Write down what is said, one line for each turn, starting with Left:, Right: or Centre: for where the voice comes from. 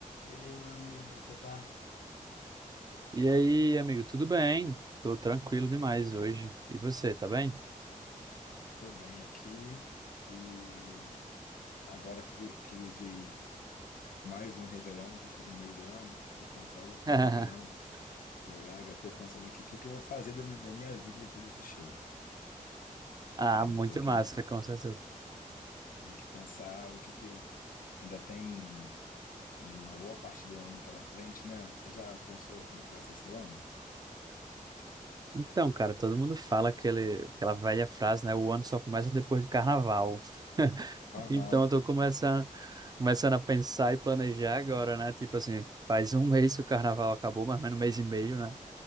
Left: E aí, meu amigo, como é que você tá?
Right: E aí, amigo, tudo bem? Tô tranquilo demais hoje. E você, tá bem?
Left: Tô bem aqui e agora que, vi- que vivi mais um Réveillon <laughs> no meio do ano, que foi como quase foi
Right: <laughs>
Left: um Réveillon da Gaga, tô pensando aqui o que, que eu vou fazer da, mi- da minha vida depois desse show.
Right: Ah,
Left: Aí
Right: muito
Left: eu tô aqui,
Right: massa, com certeza.
Left: tem que pensar o que que eu... Ainda tem uma boa parte do ano pela frente, né? Você já pensou como é que vai ser seu ano?
Right: Então, cara, todo mundo fala aquele, aquela velha frase, né? O ano só começa depois do carnaval. <laughs>
Left: Aham.
Right: Então, eu tô começando, começando a pensar e planejar agora, né? Tipo assim, faz um mês que o carnaval acabou, mais ou menos um mês e meio, né?